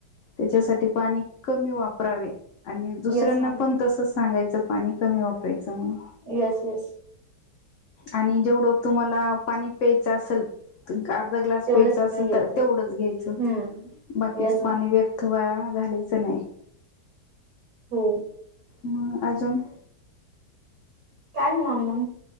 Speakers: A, on the left; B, on the right.
A: त्याच्यासाठी पाणी कमी वापरावे आणि दुसऱ्यांना
B: येस मॅम
A: पण तसं सांगायचं पाणी कमी वापरायचं म्हणून
B: यस, यस
A: आणि जेवढं तुम्हाला पाणी प्यायचं असल अर्धा ग्लास
B: तेवढंच
A: प्यायचा असेल
B: पाणी घ्यायचं
A: तर तेवढंच घ्यायचं,
B: हम्म
A: बाकीच
B: येस मॅम
A: पाणी वेस्ट अथवा घालायचं नाही.
B: हो
A: म अजून?
B: काय निवांत मग